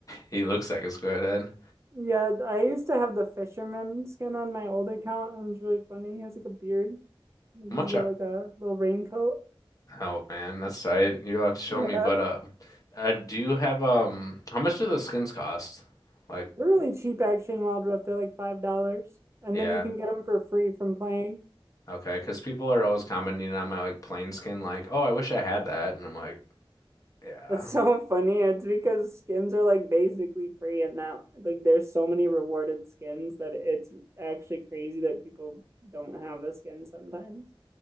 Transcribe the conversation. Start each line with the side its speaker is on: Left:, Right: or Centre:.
Left: He looks like a squid head.
Right: Yeah, I used to have the fisherman skin on my old account, and it was really funny. He has like a beard. Like
Left: How
Right: he's
Left: much?
Right: got
Left: Are,
Right: like a little raincoat.
Left: oh man, that's tight. You'll have to show
Right: Yeah.
Left: me. But uh, uh, do you have um? How much do the skins cost? Like
Right: They're really cheap actually in Wild Rift. They're like five dollars, and
Left: yeah,
Right: then you can get them for free from playing.
Left: okay. Because people are always commenting on my like plain skin. Like oh, I wish I had that. And I'm like yeah.
Right: That's <laughs> so funny. It's because skins are like basically free, and now like there's so many rewarded skins that it's actually crazy that people don't have a skin sometimes.